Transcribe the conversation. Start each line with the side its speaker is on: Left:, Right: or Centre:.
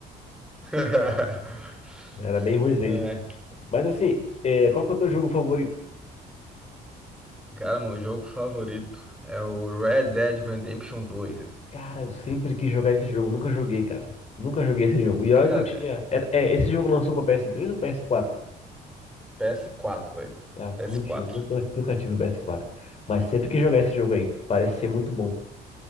Centre: <laughs>
Left: Era bem ruimzinho.
Centre: É.
Left: Mas assim, é, qual que é o teu jogo favorito?
Centre: Cara, meu jogo favorito é o Red Dead Redemption 2, né?
Left: Cara, eu sempre quis jogar esse jogo. Nunca joguei, cara. Nunca joguei esse jogo. E olha
Centre: Cara,
Left: que eu tinha.
Centre: é
Left: era- é, esse jogo lançou pra PS3 ou PS4?
Centre: PS4, velho.
Left: Ah,
Centre: PS4.
Left: não tinha. Nunca, nunca tive o PS4. Mas sempre quis jogar esse jogo aí. Parece ser muito bom.